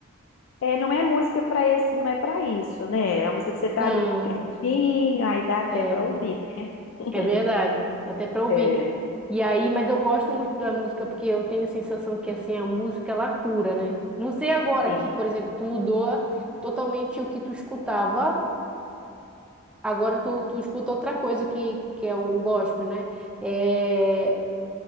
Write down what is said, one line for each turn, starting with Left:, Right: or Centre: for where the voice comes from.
Left: É, não é música para esse, não é para isso, né? É uma música que você
Centre: Não,
Left: tá ali quietinho, aí dá até
Centre: é,
Left: para ouvir. <laughs>
Centre: é verdade. Dá até pra ouvir.
Left: É,
Centre: E aí, mas eu gosto muito da música porque eu tenho a sensação que assim a música ela cura, né? Não sei agora
Left: sim.
Centre: que, por exemplo, tu mudou totalmente o que tu escutava Agora tu, tu escuta outra coisa que, que é o gospel, né? É,